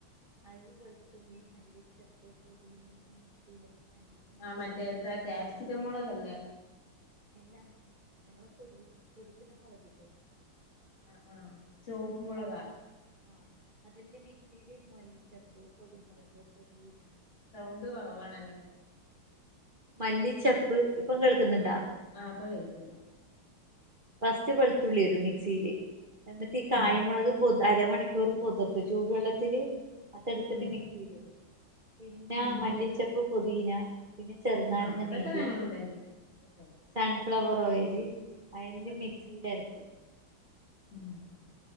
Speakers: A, on the right; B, on the left.
A: അയില് വെളുത്തുള്ളി, മല്ലിച്ചെപ്പ്, പൊതിനില മിക്സിയിലിട്ട് <unintelligible>
B: ആഹ് മറ്റേ എന്താ ക്യാപ്സിക്ക മൊളകല്ലേ?
A: എല്ലാ. ഞമ്മള് പൊടി പൊടിക്കുന്ന മുളകില്ലേ
B: ആഹ് ആഹ് ചുവപ്പ് മുളകാ
A: <unintelligible> ആഹ് അതിന്റെ മിക്സിയില് മല്ലിചെപ്പ്, പൊടിമുളക്, പൊതീന
B: സൗണ്ട് കുറവാണല്ലൊ നിങ്ങ
A: മല്ലിച്ചെപ്പ് ഇപ്പം കേൾക്കുന്നുണ്ടാ
B: ആഹ് ആഹ് ഇപ്പൊ കേൾക്ക്ണ്ട്
A: ഫസ്റ്റ് വെളുത്തുള്ളി ഇടും മിക്സിയില്. എന്നിട്ട് ഈ കായമുളക്
B: ഉം
A: അരമണിക്കൂർ പൊതിർത്ത്. ചൂടുവെള്ളത്തില് അത് എടുത്തിട്ട്
B: ഉം
A: മിക്സിയിലിടും. പിന്നെ
B: ഉം
A: മല്ലിച്ചെപ്പ്, പൊതീന പിന്നെ ചെറുനാരങ്ങനീര്,
B: ആഹ് അതൊക്കെ ഞങ്ങളുടെയ്ന് ആഹ് അതൊക്കെ ഇടും
A: സൺഫ്ലവർ
B: ശരി
A: ഓയില് <unintelligible>
B: ആഹ്
A: മിക്സീലരക്കും.
B: മ്മ്